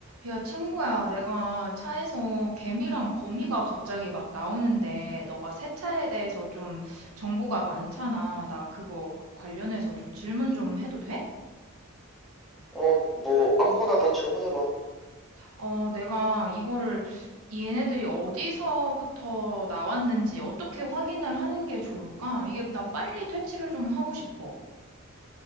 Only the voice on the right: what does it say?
야, 친구야, 내가 차에서 개미랑 거미가 갑자기 막 나오는데, 너가 세차에 대해서 좀 정보가 많잖아. 나 그거 관련해서 좀 질문 좀 해도 돼?
어, 내가 이거를 얘네들이 어디서부터 나왔는지 어떻게 확인을 하는 게 좋을까? 이게 난 빨리 퇴치를 좀 하고 싶어.